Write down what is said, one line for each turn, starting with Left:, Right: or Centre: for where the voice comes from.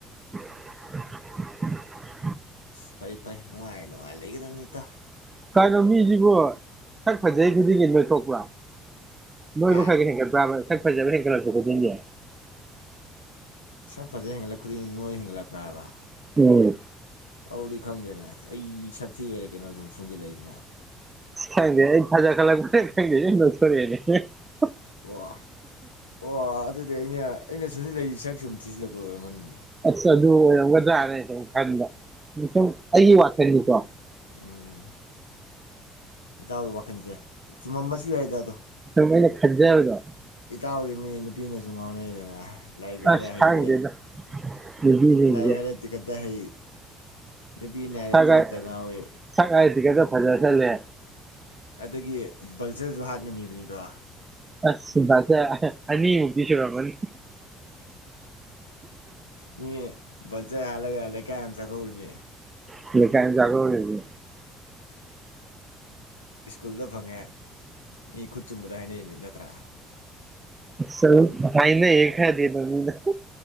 Right: <unintelligible>
Left: ꯏꯁ ꯐꯩ ꯐꯩ ꯅꯨꯉꯥꯏꯔꯤꯗꯣ꯫ ꯅꯨꯉꯥꯏ ꯂꯩꯒꯗꯝꯅꯤ ꯏꯇꯥꯎ꯫
Right: ꯀꯩꯅꯣ ꯃꯤꯁꯤꯕꯨ ꯁꯛ ꯐꯖꯩ ꯈꯨꯗꯤꯡꯒꯤ ꯅꯣꯏꯊꯣꯛꯄ꯭ꯔꯥ꯫ ꯅꯣꯏꯕ
Left: ꯍꯥ
Right: ꯈꯔ ꯈꯔ ꯍꯦꯟꯒꯠꯄ꯭ꯔꯕ ꯁꯛ꯫ ꯐꯖꯕ ꯍꯦꯟꯀꯠꯂꯛꯄ ꯈꯨꯗꯤꯡꯒꯤ꯫
Left: ꯁꯛ ꯐꯖꯕ ꯍꯦꯟꯒꯠꯂꯛ ꯈꯨꯗꯤꯡꯒꯤ ꯅꯣꯏ꯫ ꯂꯛꯄ꯭ꯔꯥꯕ
Right: ꯎꯝ꯫
Left: ꯑꯧꯗꯤ ꯈꯪꯗꯦꯅꯦ ꯑꯩ ꯁꯛꯊꯤ ꯚꯩꯔꯥ ꯀꯩꯅꯣ ꯁꯨꯝ ꯁꯣꯟꯖꯤꯜꯂꯛꯏꯁꯤꯅ꯫
Right: ꯈꯦꯡꯗꯦ ꯑꯩ ꯐꯖꯈꯠꯂꯛꯄꯩꯔ ꯈꯪꯗꯦ <unintelligible>
Left: ꯑꯣ ꯑꯣ ꯑꯗꯨꯗꯤ ꯑꯩꯅ ꯑꯩꯅ ꯁꯣꯟꯖꯟꯂꯛꯏꯁꯤ ꯁꯛ ꯁꯨꯝ ꯊꯤꯖꯤꯜꯂꯛ <unintelligible>
Right: ꯑꯁ ꯑꯗꯨ ꯑꯣꯏꯔꯝꯒꯗ꯭ꯔꯥꯅ ꯑꯩꯅ ꯁꯨꯝ ꯈꯟꯕ ꯁꯨꯝ ꯑꯩꯒꯤ ꯋꯥꯈꯜꯅꯤꯀꯣ
Left: ꯎꯝ꯫ ꯏꯇꯥꯎꯒꯤ ꯋꯥꯈꯜꯁꯦ ꯆꯨꯝꯃꯝꯕꯁꯨ ꯌꯥꯏꯗ ꯑꯗꯣ
Right: ꯁꯨꯝ ꯑꯩꯅ ꯈꯟꯖꯕꯗꯣ
Left: ꯏꯇꯥꯎꯗꯤ ꯃꯤ ꯅꯨꯄ ꯅꯨꯄꯤꯅꯁꯨ ꯉꯥꯎꯅꯩꯗꯅ ꯂꯥꯏꯔꯤꯛ ꯍꯥꯏꯔꯦ
Right: ꯑꯁ
Left: ꯍꯩꯗꯣꯛꯏ
Right: ꯈꯪꯗꯦꯗ ꯅꯨꯄꯤꯁꯤꯡꯁꯦ
Left: ꯂꯥꯏꯔꯤꯛ ꯍꯥꯏꯔꯦ ꯇꯤꯈꯠꯇ ꯍꯩ ꯅꯨꯄꯤꯅ ꯍꯥꯏꯔꯦ
Right: ꯈꯔ
Left: ꯇꯤꯀꯠꯇ
Right: ꯈꯔ
Left: ꯉꯥꯎꯋꯤ
Right: ꯁꯛ ꯍꯥꯏꯗꯤꯒꯗ ꯐꯖꯁꯜꯂꯦ
Left: ꯑꯗꯒꯤ ꯚꯜꯆꯔꯁꯨ ꯍꯥꯠ ꯉꯝꯃꯤꯕꯅꯤꯗ
Right: ꯑꯁ ꯑꯅꯤ ꯃꯨꯀꯇꯤ ꯁꯨꯔꯝꯃꯅꯤ꯫
Left: ꯃꯤ ꯕꯜꯆꯔ ꯍꯥꯠꯂꯒ ꯂꯩꯀꯥꯏ <unintelligible>
Right: ꯃꯤ ꯂꯩꯀꯥꯏ ꯑꯃ ꯆꯥꯛꯀꯧꯔꯤꯕꯅꯤ
Left: ꯁ꯭ꯀꯨꯜꯗ ꯐꯪꯉꯦ ꯃꯤ ꯈꯨꯠ ꯆꯨꯝꯕꯗ ꯍꯥꯏꯅꯔꯤꯕ ꯅꯤ ꯅꯠꯇ꯭ꯔꯥ?
Right: <unintelligible> ꯍꯥꯏꯅꯩꯌꯦ ꯈꯔꯗꯤ ꯗꯨꯝ ꯃꯤꯅ